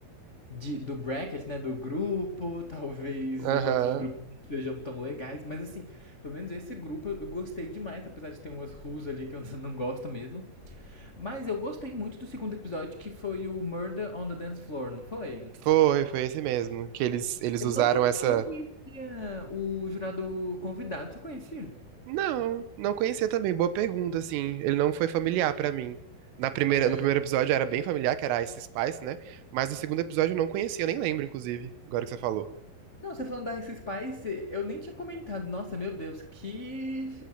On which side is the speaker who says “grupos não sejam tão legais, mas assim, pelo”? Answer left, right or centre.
Left